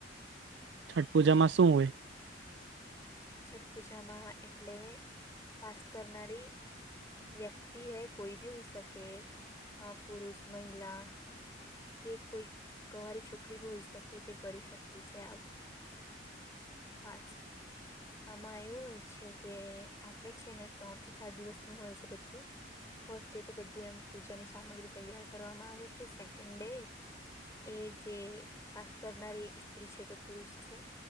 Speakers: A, on the right (about 65°); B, on the left (about 15°).
A: છઠ પૂજામાં શું હોય?
B: છઠ પૂજામાં એટલે ફાસ્ટ કરનારી વ્યક્તિ હૈ કોઈ ભી હોઈ શકે અ પુરુષ મહિલા કે કોઈ કવારી છોકરી બી હોઈ શકે જે કરી શકતી છે આ ફાસ્ટ આમાં એવું હોય છે કે આપડે છે ને ત્રણ થી ચાર દિવસનું હોય છે બધું ફર્સ્ટ ડે તો બધું એમ પૂજાની સામગ્રી તૈયાર કરવામાં આવે છે સેકન્ડ ડે એ જે ફાસ્ટ કરનારી સ્ત્રી છે કે પુરુષ છે.